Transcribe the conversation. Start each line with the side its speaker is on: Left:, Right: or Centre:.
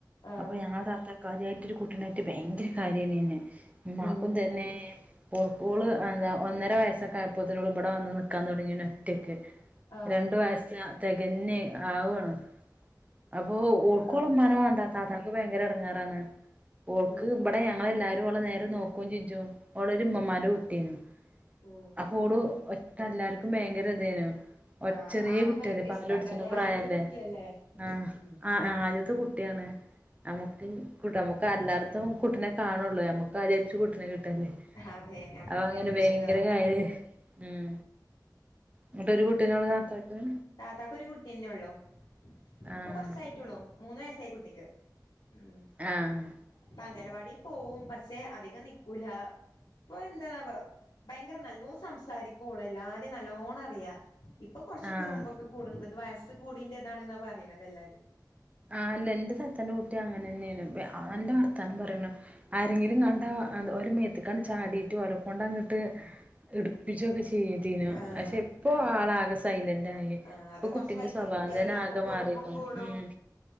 Left: ആഹ്
Right: അപ്പം ഞങ്ങൾ താത്ത കാര്യായിട്ടൊരു കുട്ടിൻ്റായിട്ട് ഭയങ്കര കാര്യേനി അയ്നെ. ഇമാക്കും
Left: ഉം
Right: തന്നെ ഓള് എന്താ ഒന്നര വയസ്സക്കെ ആയപ്പോത്തിനോട് ഇവിടെ വന്ന് നിക്കാൻ തുടങ്ങിയ ഒറ്റക്ക്
Left: ആഹ്
Right: രണ്ടു വയസ തികന്നേ ആവാണ് അപ്പൊ ഓൾക്കോളമാന
Left: ആഹ്
Right: വേണ്ട താതക്ക് ഭയങ്കര ഇടങ്ങാറാണ് ഓൾക്ക്
Left: ഉം
Right: ഇവിടെ ഞങ്ങല്ലാവ അവള് നേരെ നോക്കോ ചിഞ്ചു ഓള് ഉമ്മമാര് കുട്ടിന്ന്
Left: ഉം
Right: അപ്പ
Left: ഉം
Right: ഓള് എല്ലാർക്കും ഭയങ്കര ഇതേന് ഓ
Left: ആഹ്
Right: ചെറിയ
Left: ആദ്യം
Right: കുട്ടിയല്ല
Left: ഭയങ്കര
Right: പാലടിച്ചന
Left: ഇഷ്ടാക്കാരല്ലേ
Right: പ്രായല്ലേ
Left: ആദ്യത്തെ കുട്ടിയല്ലേ
Right: ആഹ്
Left: ഉം
Right: ആ ആദ്യത്തെ കുട്ടിയാണ് നമ്മുക്ക് കുട്ട നമ്മുക്ക് എല്ലാർക്കും <unintelligible> കുട്ടനെ കാണൂള്ളൂ നമുക്ക് അ <unintelligible> <unintelligible> കിട്ടല്ലേ
Left: അതെ ഞമ്മക്ക്
Right: അപ്പ അങ്ങനെ ഭയങ്കര
Left: ഇഷ്ടാവും
Right: കാര് ഉം എന്നട്ടൊരു കുട്ടീനോട് <unintelligible>
Left: താത്താക്കൊരു കുട്ട്യന്നെ ഉള്ളു. ഇപ്പൊ
Right: ആഹ്
Left: കൊറച്ചായിട്ടുള്ളൂ മൂന്ന് വയസായി കുട്ടിക്ക്. ഉം
Right: ആഹ്
Left: ഇപ്പ അംഗലവാടി പോവും പക്ഷെ അധികം നിക്കൂലാ ഇപ്പെന്താവോ ഭയങ്കര നല്ലോം സംസാരിക്കും ഓള് എല്ലാരേം നല്ലോണം അറിയാം ഇപ്പ
Right: ആഹ്
Left: കുറുമ്പക്ക കൂടണിണ്ടത് വയസ്സ് കൂടീന്റെ ഇതാണെന്ന പറയണത് എല്ലാരും.
Right: ആഹ് അല്ല എന്റെ താത്താന്റെ കുട്ടി അങ്ങനെ തന്നേണ്. വ ആന്റെ
Left: ഉം
Right: വർത്താനം പറയണ ആരെയെങ്കിലും
Left: ഉം
Right: കണ്ടാ അഹ് ന്താ ഓരെ മേത്തക്കങ്ങട് ചാടീട്ട് ഓലെ കൊണ്ടങ്ങിട്ട് എടുപ്പിച്ചുവൊക്കെ ചെയ്തിനു.
Left: ആഹ്
Right: പക്ഷെ ഇപ്പൊ ആളാകെ സൈല ന്റായി
Left: ആഹ്
Right: ഇപ്പൊ
Left: അത് കൊറച്ച്
Right: കുട്ടീന്റെ
Left: വല്യ
Right: സ്വഭാവം
Left: കുട്ടിയായില്ലേ
Right: തന്നെ
Left: അപ്പൊ
Right: ആകെ
Left: കുറുമ്പും
Right: മാറിയേക്കണു
Left: കൂടും
Right: ഉം